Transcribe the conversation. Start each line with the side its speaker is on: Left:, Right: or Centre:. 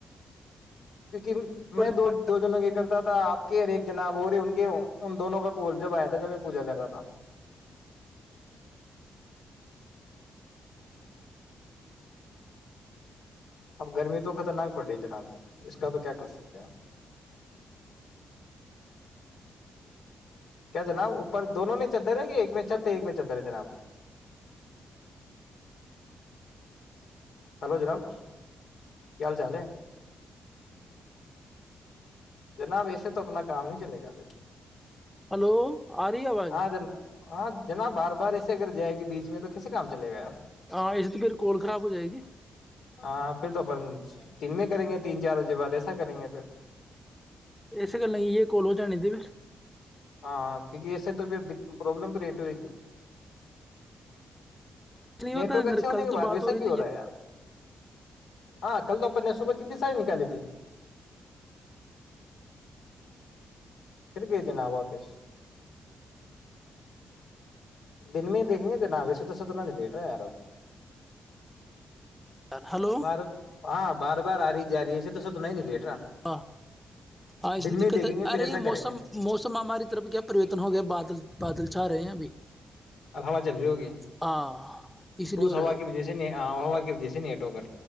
Left: کیونکہ
Centre: موسم
Left: میں دو دو جنوں یہ کرتا تھا آپ کے اور ایک جناب ہو رہے ان کے ان دونوں کا کول جب آیا تھا جب میں پوجا کر رہا تھا ج اب گرمی تو خطرناک پڑ رہی ہے جناب اس کا تو کیا کر سکتے ہیں کیا جناب اوپر دونوں میں چدر رہ ہے کہ ایک میں چت ایک میں چدر ہے جناب ہلو جناب کیا حال چال ہے جناب ایسے تو اپنا کام نہیں چلے گا پھر
Centre: ہلو آ رہی آواز
Left: ہاں جناب ہاں جناب بار بار ایسے اگر جائے گی بیچ میں تو کیسے کام چلے گا
Centre: ہاں اسے تو میری کوول خراب ہو جائے گی
Left: ہاں پھر تو اپن دن میں کریں گے تین چار بجے بعد ایسا کریں گے پھر
Centre: اس گلے کی یہ کول ہو جان د پھر
Left: ہاں کیکہ اسے تو پھر پروابلم کریٹ ہوئے گی
Centre: نہیں ہوتا
Left: نیٹ ورک
Centre: ہے،
Left: اچھے ہونے
Centre: کل
Left: کے
Centre: تو
Left: بعد
Centre: بات
Left: ویسا
Centre: رہی
Left: کی
Centre: تھی
Left: ہو رہا ہے یار ہاں کل دوپر نے صبح کت ساڑی نکاللی ت فھر گ جناا ابکش دن میں ہی دیکھیں گے جنا ویسے تو ستنا نہیں دیکھ رہا یار اب
Centre: یار۔ ہلو
Left: بار ہاں بار بار آ رہ جاری ہےے تو س تو نہیںیٹ
Centre: ہاں ہاں اس تو
Left: میں
Centre: دقت
Left: دیکھیں
Centre: ہے
Left: گے پھر
Centre: ارے
Left: ایسا
Centre: یہ موسم
Left: کریں گے
Centre: موسم ہماری طرف کیا پرریوتن ہو گیا بادل بادل چھا رہے ہیں ابھی
Left: اب ہوا چل رہی ہوگی
Centre: ہاں اسی
Left: تو
Centre: لیے
Left: اس
Centre: ہو
Left: ہوا
Centre: رہا
Left: کی وجہ سے نے آب و ہوا کی وجہ سےیٹو کر